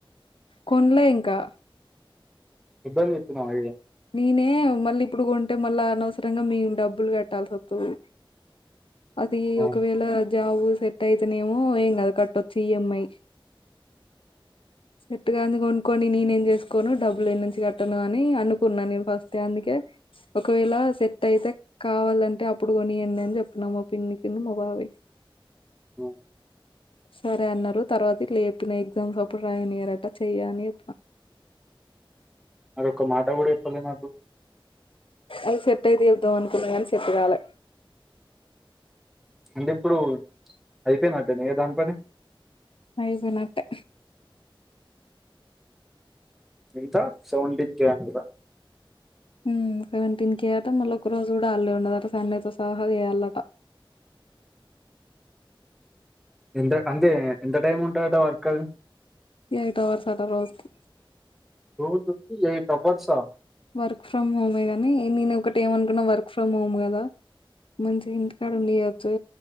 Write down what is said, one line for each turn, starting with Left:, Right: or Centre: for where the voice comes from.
Left: కొన్లే ఇంకా
Centre: ఇబ్బంది చేత్తున్నావా ఇది
Left: నేనే మళ్ళీ ఇప్పుడు కొంటే మళ్ళీ అనవసరంగా మేము డబ్బులు కట్టాల్సి వత్తది అది
Centre: అవును
Left: ఒకవేళ జాబ్ సెట్ అయితేనేమో ఏం కాదు కట్టొచ్చు ఈ ఎమ్ ఐ సెట్ కాంది కొనుక్కొని నేనేం చేసుకోను డబ్బులు ఏడునుంచి కట్టను అని అను కున్నా నేను ఫస్టే అందుకే ఒకవేళ సెట్ అయితే కావాలంటే అప్పుడు కొనియండి అని చెప్పిన మా పిన్నికిను మా బాబాయ్
Centre: ఆ
Left: సరే అన్నారు తర్వాత ఇట్ల చెప్పిన ఎగ్జామ్స్ అప్పుడు రాయనియ్యరట చెయ్యి అని చెప్పినా
Centre: అదొక మాట కూడా చెప్పలే నాకు
Left: అది సెట్ అయితే చెప్దాం అనుకున్నా కానీ సెట్టుగాలే
Centre: అంటే ఇప్పుడు అయిపోయినట్టేనా ఇగ దాని పని
Left: అయిపోయినట్టే
Centre: ఇంకా సెవెంటీన్ కే అమ్మిరా
Left: హ్మ్ సెవంటీన్ కే అట మళ్ళీ ఒక్క రోజు కూడా హాల్డే ఉండదు అట సండేతో సహా చేయ్యల్లట
Centre: ఎంత అంతే ఎంత టైం ఉంటదట వర్క్ అది
Left: ఎయిట్ అవర్స్ అట రోజుకి
Centre: రోజుకి ఎయిట్ హవర్సా
Left: వర్క్ ఫ్రమ్ హోమే గాని నేను ఒకటి ఏమనుకున్నా వర్క్ ఫ్రమ్ హోమ్ కదా మంచిగింటికాడ చేయొచ్చు